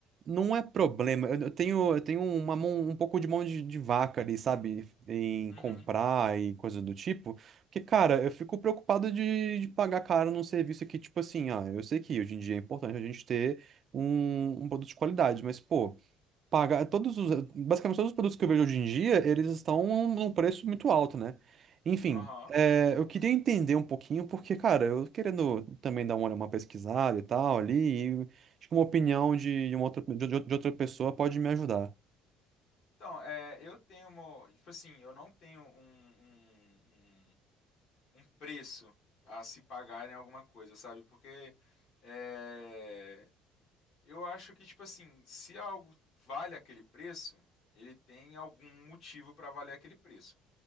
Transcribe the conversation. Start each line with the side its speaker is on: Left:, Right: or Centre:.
Right: não é problema. Eu eu tenho, eu tenho uma mão, um pouco de mão de, de vaca ali, sabe? Em
Left: Uhum.
Right: comprar e coisa do tipo. Porque, cara, eu fico preocupado de, de pagar caro num serviço que, tipo assim, ah, eu sei que hoje em dia é importante a gente ter um, um produto de qualidade, mas, pô, pagar todos os, basicamente todos os produtos que eu vejo hoje em dia, eles estão num preço muito alto, né? Enfim,
Left: Aham.
Right: é, eu queria entender um pouquinho porque, cara, eu querendo também dar uma, uma pesquisada e tal ali, e acho que uma opinião de uma outra, de, de outra pessoa pode me ajudar,
Left: Então, é, eu tenho uma. Tipo assim, eu não tenho um, um, um, um preço a se pagar em alguma coisa, sabe? Porque é, eu acho que, tipo assim, se algo vale aquele preço, ele tem algum motivo para valer aquele preço.